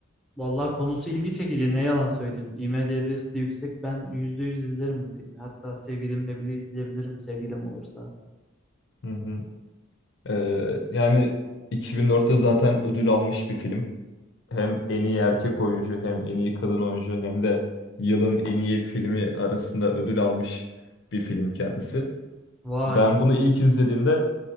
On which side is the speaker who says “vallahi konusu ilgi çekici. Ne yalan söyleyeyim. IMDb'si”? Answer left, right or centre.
Centre